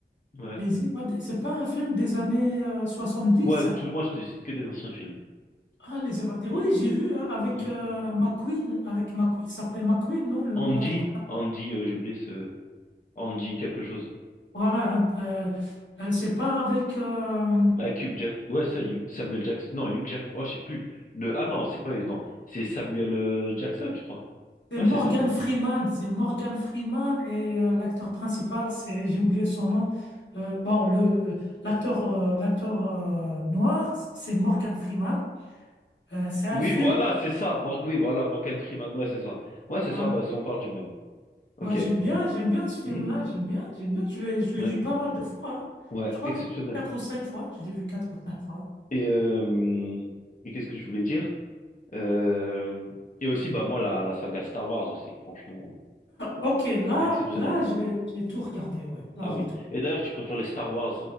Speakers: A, on the left (about 45°); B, on the left (about 85°).
A: Ouais.
B: Les Évadés, c'est pas un film des années euh, 70,
A: Ouais,
B: ça?
A: tout, moi, je te cite que des anciens films.
B: Ah, Les Évadés.
A: Mm,
B: Oui, j'ai vu hein, avec
A: mm.
B: euh, McQueen. Avec McQueen. Il s'appelait McQueen, non, le-
A: Andy,
B: l'acteur?
A: Andy, euh, j'ai oublié ce Andy quelque chose.
B: Voilà, euh, euh, euh, c'est pas avec. euh,
A: Avec Hugh Jack, ouais ça, Hugh- Samuel Jackson, non Hugh Jack, oh je sais plus. Le... Ah non, c'est pas non, c'est Samuel euh, Jackson, je crois.
B: c'est
A: Ouais
B: Morgan
A: c'est ça.
B: Freeman. C'est Morgan Freeman et euh, l'acteur principal, c'est, j'ai oublié son nom. Euh, bon, le, euh, l'acteur, euh, l'acteur euh, noir, c'est Morgan Freeman. Euh, c'est un
A: Oui
B: film.
A: voilà, c'est ça. Mor- Oui voilà, Morgan Freeman, ouais c'est ça. Ouais c'est
B: Voilà.
A: ça, bah si on parle du même. Ok.
B: Bah, j'aime bien, j'aime bien ce film-là.
A: Mhm.
B: J'aime bien, j'aime bien. Je l'ai, je l'ai
A: Ouais,
B: vu pas mal de fois. hein.
A: ouais,
B: Je crois
A: exceptionnel.
B: que quatre ou cinq fois. Je l'ai vu quatre ou cinq fois.
A: Et, euh, et qu'est-ce que je voulais dire? Euh, Et aussi bah moi la, la saga Star Wars aussi, franchement
B: Ok, là,
A: exceptionnel.
B: là, j'ai, j'ai tout regardé. Ouais, là,
A: Ah
B: j'ai
A: oui.
B: tout.
A: Et d'ailleurs, tu préfères les Star Wars.